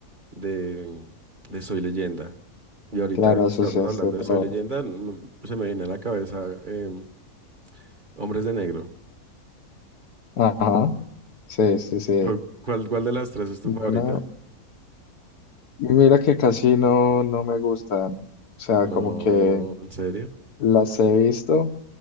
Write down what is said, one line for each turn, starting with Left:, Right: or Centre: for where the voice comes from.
Right: de, de Soy Leyenda. Y ahorita
Left: claro,
Right: que
Left: asociaste
Right: estamos hablando
Left: todo.
Right: de Soy Leyenda, mm, se me viene a la cabeza em, Hombres de Negro.
Left: Ajá, sí, sí, sí.
Right: ¿Cu- ¿Cuál, cuál de las tres es tu
Left: Bueno,
Right: favorita?
Left: mira que casi no, no me gustan. O sea,
Right: No,
Left: como que
Right: ¿en serio?
Left: las he visto